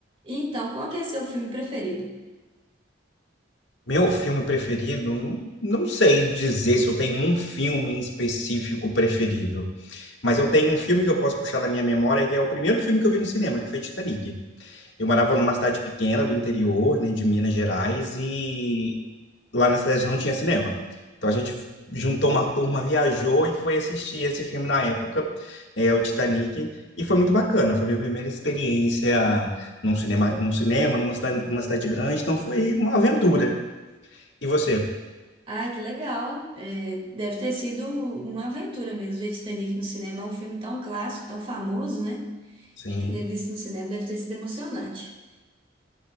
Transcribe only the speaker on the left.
Meu filme preferido, não sei dizer se eu tenho um filme em específico preferido, mas eu tenho um filme que eu posso puxar da minha memória, que é o primeiro filme que eu vi no cinema, que foi Titanic. Eu morava numa cidade pequena do interior, né, de Minas Gerais, e lá na cidade não tinha cinema. Então a gente juntou uma turma, viajou e foi assistir esse filme na época, é o Titanic, e foi muito bacana. Foi minha primeira experiência num cinema, num cinema, numa cidade, numa cidade grande, então foi uma aventura. E você?
Sim,